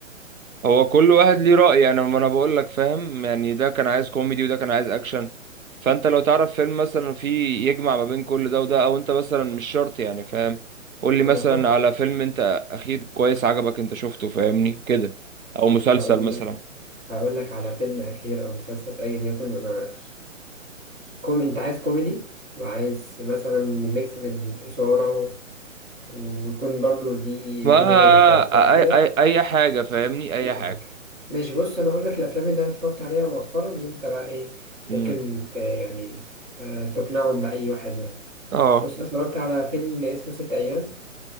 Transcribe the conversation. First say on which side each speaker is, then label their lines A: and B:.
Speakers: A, on the right; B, on the right.
A: هو كل واحد ليه رأي انا ما انا بقول لك فاهم يعني ده كان عايز كوميدي وده كان عايز اكشن فانت لو تعرف فيلم مثلا فيه يجمع ما بين كل ده وده او انت مثلا مش شرط يعني فاهم قول لي مثلا
B: انا فاهم
A: على فيلم انت اخير كويس عجبك انت شفته فاهمني كده او مسلسل
B: هقول
A: مثلا
B: لك هقول لك على فيلم اخير او مسلسل ايا يكن انا كوم انت عايز كوميدي وعايز مثلا ميكس بين اثاره ويكون برضو ليه
A: ما
B: يكون هادف
A: اي
B: برضو صح كده
A: اي اي حاجة فاهمني اي
B: اي
A: حاجة
B: حاجه ماشي بص انا اقول لك الافلام اللي انا اتفرجت عليها مؤخرا وانت بقى ايه
A: امم
B: ممكن ت... يعني آه، تقنعهم باي واحد منهم
A: اه
B: بص أنا اتفرجت على فيلم اسمه ست ايام